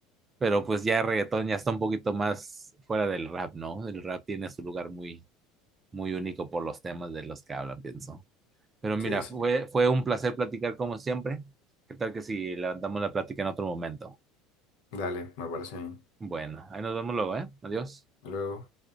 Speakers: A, on the right (about 25°); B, on the left (about 75°).
A: pero pues ya el reggaetón ya está un poquito más fuera del rap, ¿no? El rap tiene su lugar muy, muy único por los temas de los que hablan, pienso. Pero mira,
B: Sí, sí.
A: fue, fue un placer platicar como siempre. ¿Qué tal que si levantamos la plática en otro momento?
B: Dale, me parece bien.
A: Bueno, ahí nos vemos luego, ¿eh? Adiós.
B: Hasta Luego.